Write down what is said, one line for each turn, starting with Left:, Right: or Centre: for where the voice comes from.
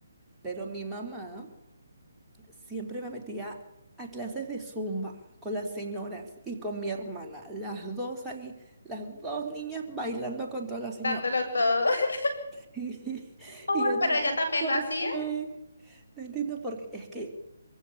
Centre: Pero mi mamá siempre me metía a clases de zumba con las señoras y con mi hermana, las dos ahí, las dos niñas bailando con todas las señoras.
Left: dándolo todo. <laughs>
Centre: <laughs>
Left: Oh,
Centre: Y, yo no
Left: pero
Centre: entiendo
Left: ella también
Centre: por
Left: lo hacía.
Centre: qué, no entiendo por qué, es que...